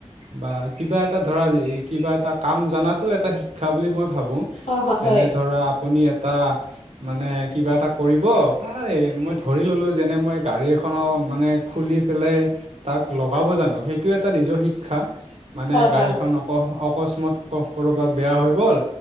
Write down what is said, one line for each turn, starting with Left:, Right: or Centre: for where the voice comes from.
Right: বা কিবা এটা ধৰা এই কিবা এটা কাম জনাতো এটা শিক্ষা বুলি মই ভাবো।
Left: অ হয়
Right: যেনে
Left: হয়
Right: ধৰা আপুনি এটা মানে কিবা এটা কৰিব, পাই মই ধৰি ললো যেনে মই গাড়ী এখনৰ মানে খুলি পেলাই তাক লগাব জানো, সেইটো এটা নিজৰ শিক্ষা। মানে
Left: হয় হয় হয়
Right: গাড়ীখন
Left: হয়
Right: অক-অকস্মত কৰ'বাত বেয়া হৈ গল,